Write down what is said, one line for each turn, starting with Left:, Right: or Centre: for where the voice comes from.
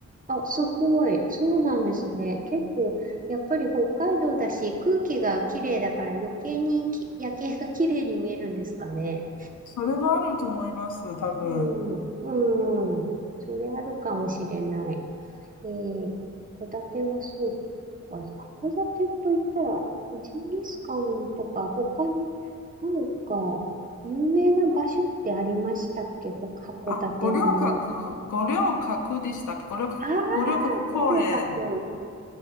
Right: あ、すごい。そうなんですね。結構、やっぱり北海道だし、空気が綺麗だから余計にき夜景が綺麗に見えるんですかね。
Left: それもあると思います、多分。
Right: うん、うん。それあるかもしれない。えー、函館はそうか。函館と言ったら、ジンギスカンとか、他になんか、有名な場所ってありましたっけほ函館の。
Left: あ、五稜郭、五稜郭でしたっけ五稜郭、
Right: ああ、
Left: 五稜郭公園
Right: 五稜郭。